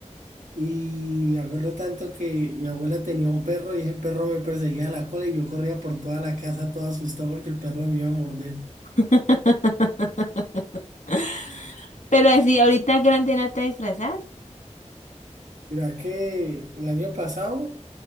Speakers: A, on the right; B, on the left.
A: Y me acuerdo tanto que mi abuela tenía un perro y ese perro me perseguía a la cola y yo corría por toda la casa todo asustado porque el perro me iba a morder.
B: <laughs> Pero así, ahorita grande no te disfrazas.
A: Mira que el año pasado